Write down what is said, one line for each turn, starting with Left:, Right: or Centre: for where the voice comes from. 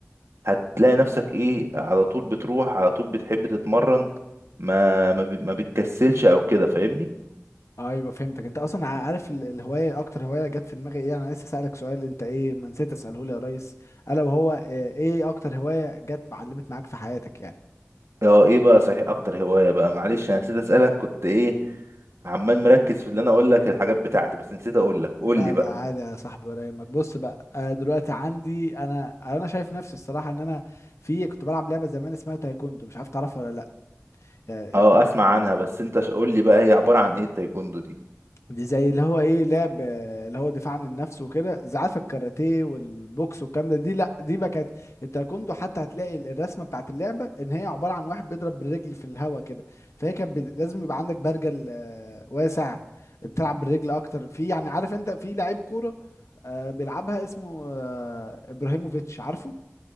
Right: هتلاقي نفسك ايه على طول بتروح على طول بتحب تتمرن ما ما, بي- ما بتكسلش او كده فاهمني
Left: ايوه فهمتك انت اصلا ع- عارف ال- الهواية اكتر هواية جت في دماغي ايه انا لسه سألك سؤال انت ايه ما نسيت اسأله لي يا ريس الا وهو آه، ايه اكتر هواية جت معلمت معاك في حياتك يعني
Right: اه ايه بقى صحيح اكتر هواية بقى معلش انا نسيت اسألك كنت ايه عمال مركز في اللي انا اقول لك الحاجات بتاعتي بس نسيت اقول لك قول
Left: لا
Right: لي بقى
Left: لا عادي يا صاحبي ولا يهمك بص بقى آه، دلوقتي عندي انا انا شايف نفسي الصراحه ان انا في كنت بلعب لعبه زمان اسمها تايكوندو مش عارف تعرفها ولا لا
Right: اه اسمع عنها بس انت ش- قول لي بقى هي عبارة عن ايه التايكوندو دي
Left: دي زي اللي هو ايه لعب آه، اللي هو دفاع عن النفس وكده زعاف الكاراتيه والبوكس والكلام ده دي لا دي بقى كانت التايكوندو حتى هتلاقي الرسمه بتاعت اللعبه ان هي عباره عن واحد بيضرب بالرجل في الهوا كده فهي كانت بت- لازم يبقى عندك برجل آه، واسع بتلعب بالرجل اكتر في يعني عارف انت في لعيب كوره آه، بيلعبها اسمه آه، ابراهيموفيتش عارفه